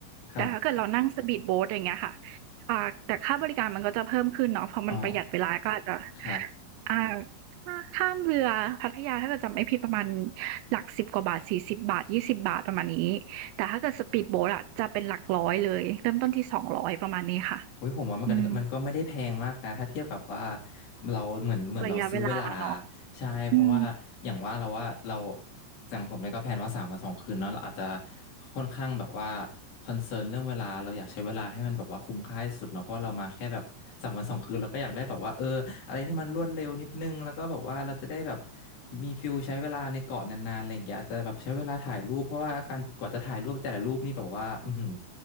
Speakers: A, on the left; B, on the right.
A: ครับ
B: แต่ถ้าเกิดเรานั่ง speed boat อย่างเงี้ยค่ะอ่าแต่ค่าบริการมันก็จะเพิ่มขึ้นเนาะเพราะมันประหยัดเวลาก็อาจจะ
A: อ๋อครับ
B: อ่าถ้าข้ามเรือพัทยาถ้าเกิดจำไม่ผิดประมาณหลักสิบกว่าบาทสสิบบาทยี่สิบบาทประมาณนี้ แต่ถ้าเกิดสปีดโบ๊ทอะจะเป็นหลักร้อยเลยเริ่มต้นที่200ประมาณนี้ค่ะ
A: อุ้ยผมว่ามันก็มันก็ไม่ได้แพงมากนะถ้าเทียบกับว่า
B: อืม
A: เราเหมือนเหมือนเราซื้อเวลา
B: ระยะเวลาเนาะ
A: ใช่เพราะว่าอย่างว่าเราว่าเรา
B: อืม
A: อย่างผมเนี่ยก็แพลนว่าสามวันสองคืนเนาะเราอาจจะค่อนข้างแบบว่าคอนเซิร์นเรื่องเวลาเราอยากใช้เวลาให้มันแบบว่าคุ้มค่าที่สุดเนาะเพราะเรามาแค่แบบสามวันสองคืนเราก็อยากได้แบบว่าเอออะไรที่มันรวดเร็วนิดนึงแล้วก็แบบว่าเราจะได้แบบมีฟิลใช้เวลาในเกาะนานๆอะไรอย่างเงี้ยอาจจะแบบใช้เวลาถ่ายรูปเพราะว่าการกว่าจะถ่ายรูปแต่ละรูปนี่แบบว่าอือหือ